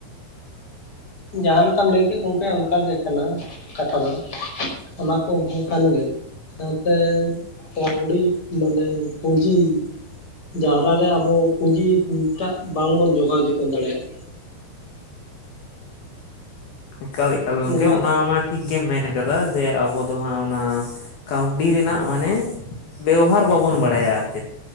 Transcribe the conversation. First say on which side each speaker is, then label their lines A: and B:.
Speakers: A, on the left; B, on the left.
A: ᱡᱟᱦᱟᱸ ᱞᱮᱠᱟᱢ ᱞᱟᱹᱭ ᱠᱮᱫ ᱜᱚᱝᱠᱮ, ᱚᱱᱠᱟ ᱜᱮ ᱠᱟᱱᱟ᱾ ᱠᱟᱛᱷᱟ ᱫᱚ ᱚᱱᱟ ᱠᱚ, ᱦᱳ ᱠᱷᱟᱱ ᱜᱮᱭᱟ᱾ ᱥᱟᱶ ᱛᱮ, ᱠᱟᱹᱣᱰᱤ ᱢᱟᱱᱮ ᱯᱩᱸᱡᱤ ᱡᱟᱣᱨᱟ ᱨᱮ, ᱟᱵᱚ ᱯᱩᱸᱡᱤ ᱴᱟᱜ ᱵᱟᱝ ᱵᱚᱱ ᱡᱚᱜᱟᱼᱣ ᱡᱚᱛᱚᱱ ᱫᱟᱲᱮᱭᱟ-ᱜ
B: ᱮᱠᱟᱞ - ᱮᱠᱟᱞ ᱜᱚᱝᱠᱮ
A: ᱢᱮᱱᱫᱚ
B: ᱚᱱᱟ ᱢᱟ ᱴᱷᱤᱠ ᱜᱮᱢ ᱢᱮᱱ ᱠᱟᱫᱟ᱾ ᱡᱮ ᱟᱵᱚ ᱫᱚ ᱦᱟᱸᱜ ᱚᱱᱟ᱾ ᱠᱟᱹᱣᱰᱤ ᱨᱮᱱᱟᱼᱜ ᱢᱟᱱᱮ ᱵᱮᱣᱦᱟᱨ ᱵᱟᱵᱚᱱ ᱵᱟᱲᱟᱭᱼᱟ᱾ ᱟᱨ ᱪᱮᱫ